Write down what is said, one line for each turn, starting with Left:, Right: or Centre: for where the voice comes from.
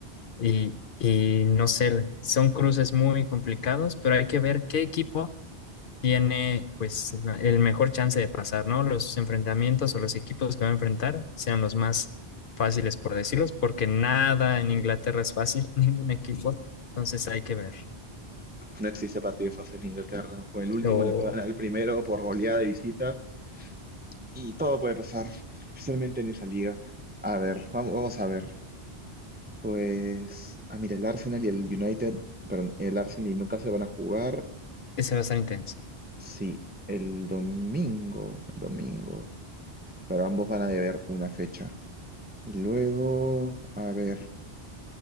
Left: y, y no sé, son cruces muy complicados, pero hay que ver qué equipo tiene pues el mejor chance de pasar, ¿no? Los enfrentamientos o los equipos que va a enfrentar sean los más fáciles, por decirlos, porque nada en Inglaterra es fácil, <laughs> ningún equipo, entonces hay que ver.
Right: No existe partido fácil en Inglaterra. Pues el último
Left: Lo...
Right: le puede ganar el primero por goleada de visita y todo puede pasar, especialmente en esa liga. A ver, vamos, vamos a ver. Pues, ah, mira, el Arsenal y el United, perdón, el Arsenal y el Newcastle van a jugar,
Left: Ese va a estar intenso.
Right: sí, el domingo, el domingo, pero ambos van a deber una fecha. Y luego, a ver,